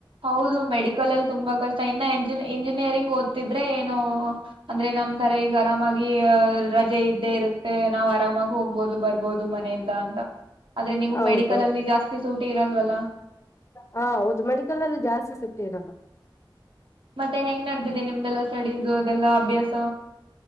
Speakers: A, on the right; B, on the left.
A: ಹೌದು ಮೆಡಿಕಲ್ ಅಲ್ಲಿ ತುಂಬಾ ಕಷ್ಟ ಇನ್ನಂಜ ಇಂಜಿನಿಯರಿಂಗ್ ಓದ್ತಿದ್ರೆ ಏನು ಅಂದ್ರೆ ನಮ್ ತರ ಈಗ ಆರಾಮಾಗಿ ರಜೆ ಇದ್ದೇ ಇರುತ್ತೆ ನಾವ್ ಆರಾಮಾಗಿ ಹೋಗ್ಬೋದು ಬರ್ಬೋದು ಮನೆಯಿಂದ ಅ ಆದ್ರೆ ನೀವು
B: ಹೌದು
A: ಮೆಡಿಕಲ್ ಅಲ್ಲಿ ಜಾಸ್ತಿ ಸೂಟಿ ಇರಲ್ವಲ್ಲ
B: ಹ ಹೌದು ಮೆಡಿಕಲ್ ಅಲ್ಲಿ ಜಾಸ್ತಿ ಸಿಟ್ಟಿರಲ್ಲ
A: ಮತ್ತೆ ಹೆಂಗ್ ನಡೆದಿದೆ ನಿಮ್ದೆಲ್ಲ ಸ್ಟಡೀಸ್ ಅದೆಲ್ಲಾ ಅಭ್ಯಾಸ